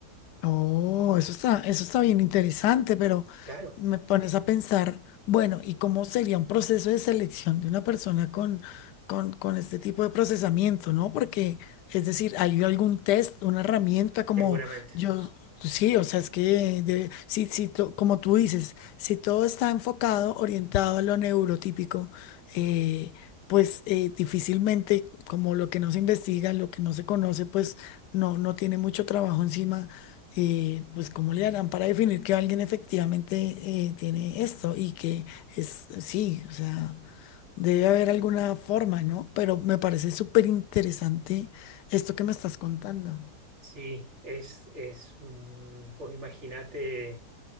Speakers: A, on the left; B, on the right.
A: Oh, eso está, eso está bien interesante, pero
B: Claro,
A: me pones a pensar, bueno, ¿y cómo sería un proceso de selección de una persona con, con, con este tipo de procesamiento, ¿no? Porque, es decir, ¿hay algún test, una herramienta como
B: seguramente.
A: yo? Sí, o sea, es que de- si, si to- como tú dices, si todo está enfocado, orientado a lo neurotípico, eh, pues eh, difícilmente, como lo que no se investiga, lo que no se conoce, pues no, no tiene mucho trabajo encima eh, pues cómo le harán para definir que alguien efectivamente eh, tiene esto y que es, sí, o sea, debe haber alguna forma, ¿no? Pero me parece súper interesante esto que me estás contando.
B: Sí, es, es, mm, vos imaginate,